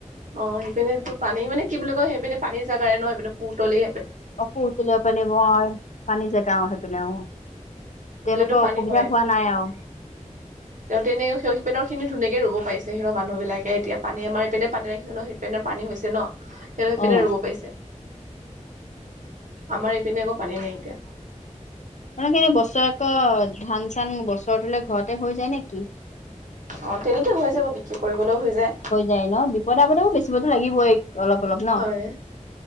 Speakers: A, on the right; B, on the left.
A: অ সেইপিনে টো পানী মানে কি বুলি কয় সেইপিনে পানীৰ জাগাৰে ন সেইপিনে পিনে পুতলি
B: অসু উতলিয় পানী ব হয় পানী জেগাও সেই পিনে অ। তেওঁলোকৰ
A: বোলোতো পানী
B: অসুবিধা
A: হয়ে
B: হোৱা নাই আৰু
A: তেতে এনেই সে পেনৰ খিনি ধুনীয়াকে ৰুব প। সিৰ মানুহবিলাক এতিয়া পানী আমাৰ এইপিনে পানী ৰাখি ন সেই পেনে পানী হৈছে ন। হেত সেইপিনে
B: অ
A: ৰুব পাইছে আমাৰ ইপিনে একো পানী নাইকিয়া।
B: মান এনে বছৰেকত ধান চান বছৰটোলে ঘত দে হৈ যায় নেকি।
A: অ তেনেকে হৈ যাব বিক্ৰী কৰিবলৈও হৈ যায়।
B: যায় ন বিপদ আপদেও বেচিবতো লাগিবই অলপ অলপ ন
A: হয়